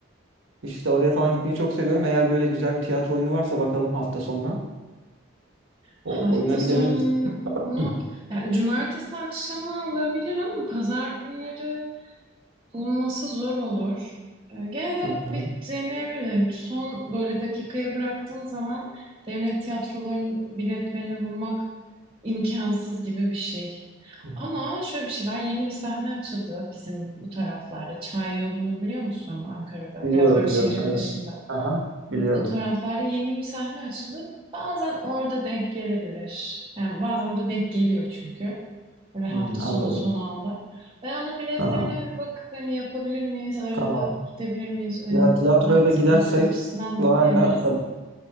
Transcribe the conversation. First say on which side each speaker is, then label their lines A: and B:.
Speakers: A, on the right; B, on the right.
A: İşte oraya falan gitmeyi çok seviyorum. Eğer böyle güzel bir tiyatro oyunu varsa bakalım hafta sonuna.
B: Hafta
A: O oyuna gidebiliriz.
B: sonu
A: Hı.
B: yani cumartesi akşamı olabilir ama pazar günleri bulması zor olur. Ee, gene de
A: Hı hı. hı.
B: bir deneyebilirim. Son böyle dakikaya bıraktığın zaman devlet tiyatrolarının biletlerini bulmak imkansız gibi bir şey.
A: hı.
B: Ama şöyle bir şey var. Yeni bir sahne açıldı bizim bu taraflarda. Çay yolunu biliyor musun Ankara'da?
A: Biliyorum
B: Biraz böyle
A: biliyorum.
B: şehrin
A: Evet.
B: dışında.
A: Aha, biliyorum.
B: Bu taraflarda yeni bir sahne açıldı. Bazen orada denk gelebilir. Yani bazen orada denk geliyor çünkü. Böyle hafta
A: Hmm,
B: sonu
A: anladım.
B: son anda. Ben onun biletlerine
A: Aha,
B: bir bakıp hani yapabilir miyiz? Arada
A: tamam.
B: gidebilir miyiz? Hani
A: Ya tiyatroya
B: vakti,
A: da gidersek
B: vakit açısından
A: var
B: bir deneriz.
A: ya ta-